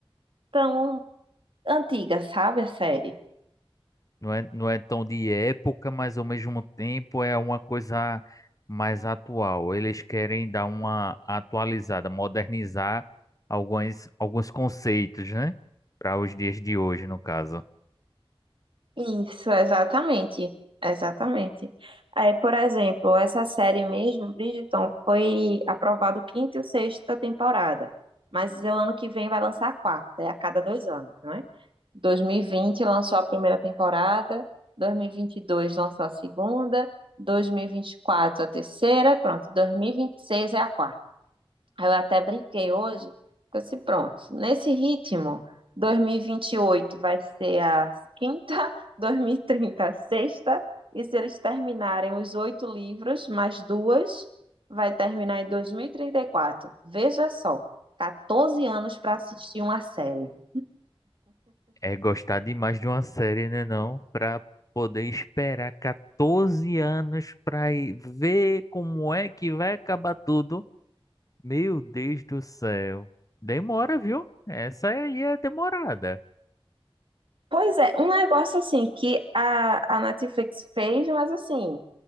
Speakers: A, on the right (about 60°); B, on the left (about 35°).
A: tão antiga, sabe, a série.
B: Não é, não é tão de época, mas ao mesmo tempo é uma coisa mais atual. Eles querem dar uma atualizada, modernizar alguns, alguns conceitos, né? Para os dias de hoje, no caso.
A: Isso, exatamente. Exatamente. É, por exemplo, essa série mesmo, Bridgerton, foi aprovado quinta e sexta temporada. Mas o ano que vem vai lançar a quarta, é a cada dois anos, não é? dois mil e vinte lançou a primeira temporada, dois mil e e vinte e dois lançou a segunda, dois mil e e vinte e quatro a terceira, pronto, dois mil e e vinte e seis é a quarta. Aí Eu até brinquei hoje, que eu disse, pronto, nesse ritmo, 2028 vai ser a quinta, <laughs> 2030 a sexta, e se eles terminarem os oito livros, mais duas, vai terminar em 2034. Veja só, 14 anos para assistir uma série.
B: É gostar demais de uma série, né, não? Para poder esperar 14 anos para ver como é que vai acabar tudo. Meu Deus do céu. Demora, viu? Essa aí é demorada.
A: Pois é, um negócio assim que a, a Netflix fez, mas assim,